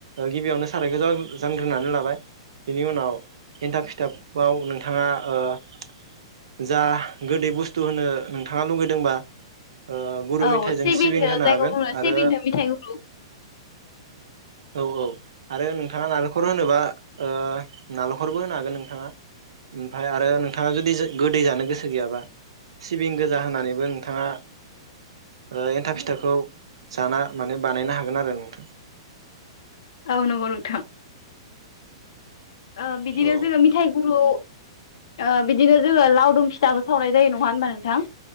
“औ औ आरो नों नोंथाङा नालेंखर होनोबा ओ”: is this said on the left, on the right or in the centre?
Right